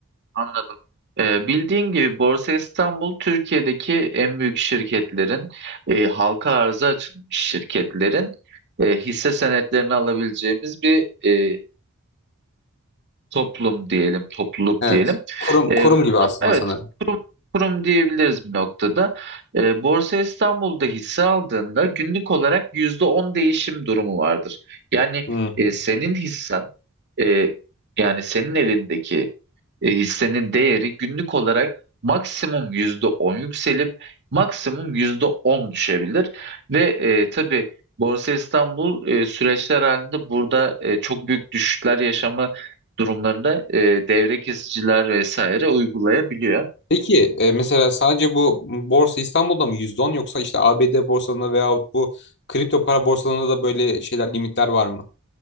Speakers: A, on the right (about 50°); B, on the left (about 55°).
A: Anladım. Ee, bildiğin gibi Borsa İstanbul Türkiye'deki en büyük şirketlerin e, halka arza açılmış şirketlerin e, hisse senetlerini alabileceğimiz bir e, toplum diyelim, topluluk
B: Evet.
A: diyelim.
B: Kurum
A: E,
B: kurum
A: burada,
B: gibi aslında
A: evet
B: sanırım.
A: kurum diyebiliriz bir noktada. E, Borsa İstanbul'da hisse aldığında günlük olarak %10 değişim durumu vardır. Yani
B: Hmm.
A: e, senin hissen e, yani senin elindeki e, hissenin değeri günlük olarak maksimum %10 yükselip maksimum %10 düşebilir. Ve e, tabii Borsa İstanbul e, süreçler halinde burada e, çok büyük düşüşler yaşama durumlarında e, devre kesiciler vesaire uygulayabiliyor.
B: Peki e, mesela sadece bu borsa İstanbul'da mı %10 yoksa işte ABD borsalarında veyahut bu kripto para borsalarında da böyle şeyler limitler var mı?